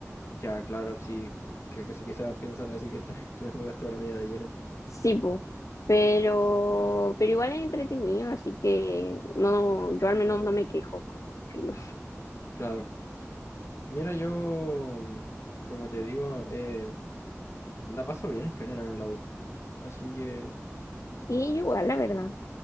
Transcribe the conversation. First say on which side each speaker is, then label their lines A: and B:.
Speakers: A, on the left (about 60°); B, on the left (about 80°).
A: Ya, claro, sí, que, que si quizás piensan así que están <laughs> estudiando gastronomía de lleno.
B: Sí, po. Pero, pero igual es entretenido, así que no, yo al menos no me quejo como filo.
A: Claro. Mira, yo, mm, como te digo, eh, la paso bien en general en la U. Así que,
B: Y igual, la verdad,